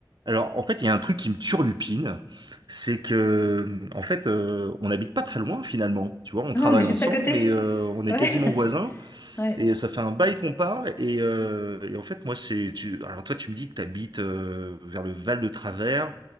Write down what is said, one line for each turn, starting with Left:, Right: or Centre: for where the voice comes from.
Right: Alors, en fait, il y a un truc qui me turlupine, c'est que, en fait, euh, on n'habite pas très loin finalement. Tu vois, on travaille
Left: Ouais, on est juste
Right: ensemble,
Left: à côté.
Right: mais euh, on est
Left: Ouais,
Right: quasiment voisins,
Left: <laughs> ouais.
Right: et ça fait un bail qu'on parle. Et, euh, et en fait, moi, c'est, tu, alors toi, tu me dis que tu habites vers le Val de Travers,